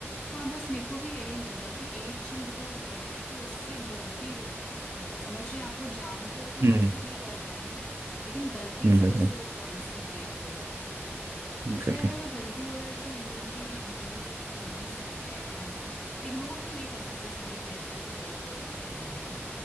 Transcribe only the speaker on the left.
हाँ बस मेरे को भी यही लगा कि एक चीज बहुत बड़ा है कि उससे गलती हो रहा है मतलब समझ रहे हैं आप वो जानकर कुछ
ऐसा नहीं कर रहा है लेकिन गलती
से उससे वो पॉलिसी ब्रेक हो रहा है
तो शायद अगर गलती हो रहा है तो हम लोग भी इग्नोर कर ही सकते हैं है ना इग्नोर तो नहीं कर सकते सॉरी मेरे साइड से गलत वर्ड यूज किया गया